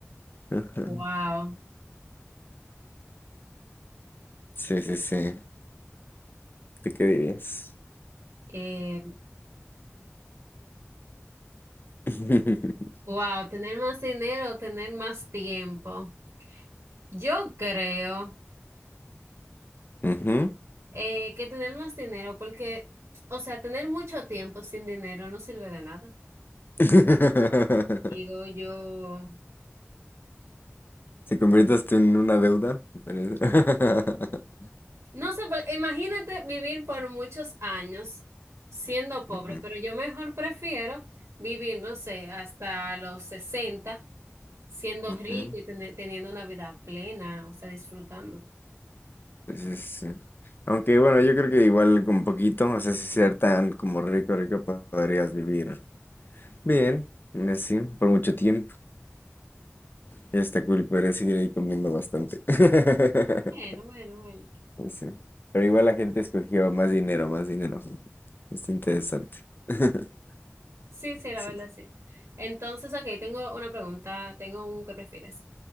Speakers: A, on the left; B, on the right.
A: Ah,
B: Wow.
A: Sí, sí, sí. ¿Tú qué dirías?
B: Eh,
A: <laughs>
B: wow, tener más dinero o tener más tiempo. Yo creo
A: Ujú.
B: eh, que tener más dinero, porque, o sea, tener mucho tiempo sin dinero no sirve de nada.
A: <laughs>
B: Digo yo,
A: Se conviertas tú en una deuda. pero- <laughs>
B: no sé, pues, imagínate vivir por muchos años siendo pobre,
A: Ujú,
B: pero yo mejor prefiero vivir, no sé, hasta los 60 siendo
A: ujú.
B: rico y tener- teniendo una vida plena, o sea, disfrutando.
A: Pues es, eh, Aunque bueno, yo creo que igual con poquito, o sea, si ser tan como rico, rico, podrías vivir bien, así, por mucho tiempo. Ya está cool, podrías seguir ahí comiendo bastante. <laughs>
B: Bueno, bueno, bueno.
A: Pues sí. Pero igual la gente escogió más dinero, más dinero. Está interesante. <laughs>
B: Sí, sí, la
A: Sí,
B: verdad sí. Entonces, aquí tengo una pregunta, tengo un ¿qué prefieres?